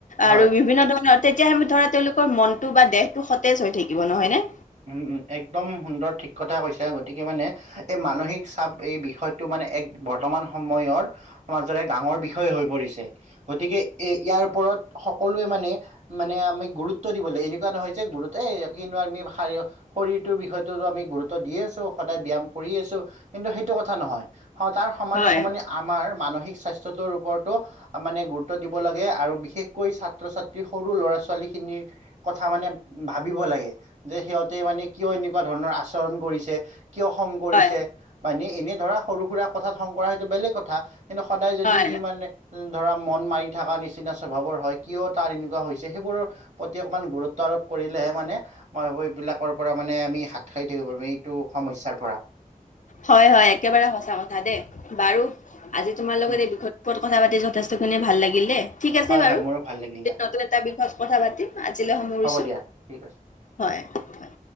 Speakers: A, on the right (about 55°); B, on the left (about 60°).
A: হয়
B: আৰু বিভিন্ন ধৰণৰ তেতিয়া আমি ধৰা তেওঁলোকৰ মনটো বা দেহটো সতেজ হৈ থাকিব নহয় নে!
A: উমঁ-উমঁ, একদম সুন্দৰ ঠিক কথা কৈছা, গতিকে মানে- এই মানসিক চাপ এই বিষয়টো মানে এক বৰ্তমান সময়ৰ- সমাজৰ এক ডাঙৰ বিষয় হৈ পৰিছে, গতিকে এই ইয়াৰ ওপৰত- সকলোৱে মানে-মানে আমি গুৰুত্ব দিব লাগে এনেকুৱা নহয় যে গুৰুত এ কিনো আমি- খাইও শৰীৰটোৰ বিষয়টোতো আমি গুৰুত্ব দিয়ে আছো সদায় ব্যায়াম কৰি আছো- কিন্তু সেইটো কথা নহয়। তাৰ সমানে-সমানে
B: হয়
A: আমাৰ মানসিক স্বাস্থ্যটোৰ ওপৰতো- মানে গুৰুত্ব দিব লাগে আৰু বিশেষকৈ ছাত্ৰ-ছাত্ৰী সৰু ল'ৰা-ছোৱালী খিনিৰ- কথা মানে ভাবিব লাগে। যে সিহঁতে মানে কিয় এনেকুৱা ধৰণৰ আচৰণ কৰিছে, কিয় খং কৰিছে-
B: হয়
A: মানে এনেই ধৰা সৰু-সুৰা কথাত খং কৰা সেইটো বেলেগ কথা, কিন্তু সদায় যদি
B: হয়
A: সি মানে- ধৰা মন মাৰি থকা নিচিনা স্বভাৱৰ হয় কিয় তাৰ এনেকুৱা হৈছে সেইবোৰৰ- প্ৰতি অকণমান গুৰুত্ব কৰিলেহে মানে মই এইবোৰ এইবিলাকৰ পৰা মানে আমি হাত সাৰি থাকিব পাৰিম এইটো সমস্যাৰ পৰা।
B: হয়-হয়, একেবাৰে সঁচা কথা দেই। বাৰু আজি তোমাৰ লগত
A: উম
B: এই বিষয়টোৰ ওপৰত- কথা পাতি যথেষ্টখিনী ভাল লাগিল দেই, ঠিক আছে
A: হয়
B: বাৰু-
A: হয় মোৰো ভাল লাগিল দিয়া
B: আন এটা বিষয়ত কথা পাতিম আজিলে সামৰিছো,
A: হ'ব দিয়া ঠিক আছে
B: হয়। হয়